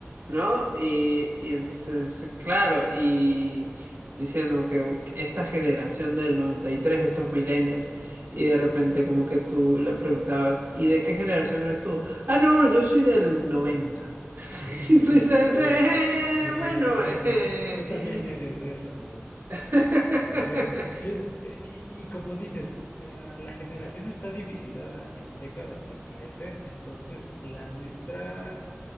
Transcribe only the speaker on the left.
Ujú.
Sí,
eso es, mijo,
tú también,
tú también eres de esos.
O sea, sí, eh, y, y como dices, eh, la generación está dividida en décadas, me parece. Entonces, la nuestra